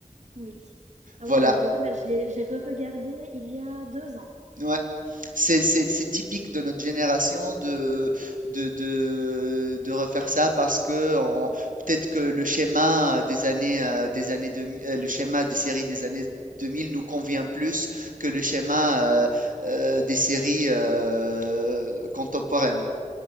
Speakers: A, on the right; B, on the right.
A: Oui. Ah
B: Voilà.
A: ouais, j'ai adoré. Bah, j'ai, j'ai re-regardé il y a deux ans,
B: Ouais. C'est, c'est, c'est typique de notre génération de, de, de, de refaire ça parce que on- peut-être que le schéma des années, euh, des années 2000, euh, le schéma des séries des années 2000 nous convient plus que le schéma euh, euh, des séries euh, contemporaines.